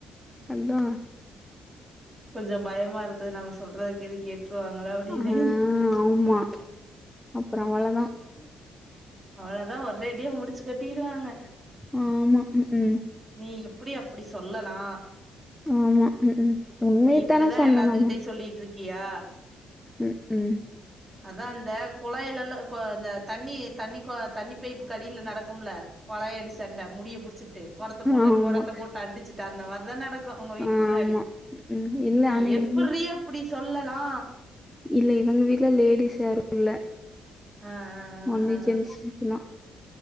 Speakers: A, in the centre; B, on the right.
A: அந்தா
B: கொஞ்ச பயமா இருக்குது நம்ம சொல்றதுக்கிது கேட்டுருவாங்களோ அப்டின்னு
A: ஆ ஆமா அப்ற அவளதா
B: அவளதா ஒரேடியா முடிச்சு கட்டிருவாங்க
A: ஆமா ம் ம்
B: நீ எப்பிடி அப்டி சொல்லலா
A: ஆமா ம் ம் உண்மையத்தான
B: நீ இப்டிதா
A: சொன்னோ
B: எல்லாத்துக்கிட்டயு
A: நம்ம
B: சொல்லிட்ருக்கியா
A: ம் ம்
B: அதா இந்த கொழாய்லெல்லா கொ இந்த தண்ணி தண்ணி கொ தண்ணி பைப்புக்கடில நடக்கும்ல கொழாயடி சண்ட முடிய புடிச் சுட்டு கொடத்த போட்டு
A: ஆமா
B: கொடத்த போட்டு அடிச்சிட்டு அந்த மாரிதா நடக்கு ஒங்க வீட்டு
A: ஆமா
B: முன்னாடி
A: ம் இல்ல
B: நீ
A: ஆனா
B: எப்புட்றி
A: இவங்க
B: அப்புடி சொல்லலா
A: இல்ல இவங்க வீட்ல லேடீஸ் யாரு இல்ல
B: ஆ ஆ
A: ஒன்லி
B: ஆ ஆ
A: ஜென்ஸ் மட்டுந்தா